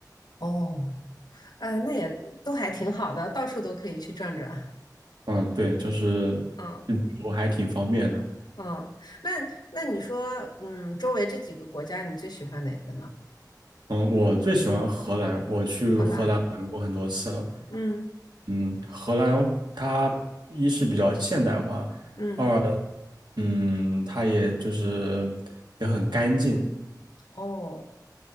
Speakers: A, on the left; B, on the right.
A: 哦。呃，那也都还挺好的，到处都可以去转转。
B: 嗯，对，就是
A: 嗯
B: 旅游还挺方便的。
A: 嗯，那那你说，嗯，周围这几个国家，你最喜欢哪个呢？
B: 嗯，我最喜欢荷兰，我去荷兰玩过很多次了。
A: 荷兰，嗯
B: 嗯，荷兰它一是比较现代化，
A: 嗯，
B: 二嗯，它也就是也很干净。
A: 哦，